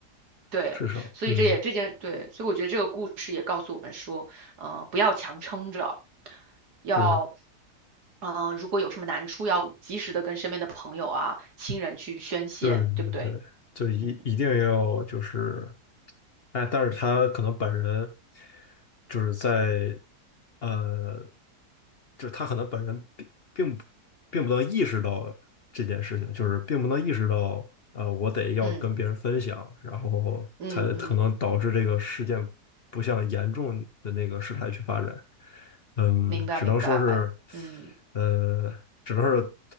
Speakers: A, on the right (about 80°); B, on the left (about 45°).
A: 对，
B: 至少，
A: 所以这也这件对，
B: 嗯，
A: 所以我觉得这个故事也告诉我们说，嗯，不要强撑着，要，
B: 是
A: 呃，如果有什么难处，要及时的跟身边的朋友啊、亲人去宣泄，
B: 对对对，
A: 对不对？
B: 就一一定要就是，
A: 嗯
B: 哎，但是他可能本人就是在，呃，就是他可能本人并并不并不能意识到这件事情，就是并不能意识到，呃，我得要跟别人分享，
A: 嗯
B: 然后才可能导致这个事件不向严重的那个事态去发展。
A: 嗯嗯嗯，
B: 嗯，
A: 明白明白，
B: 只能说是，
A: 嗯
B: 呃，只能是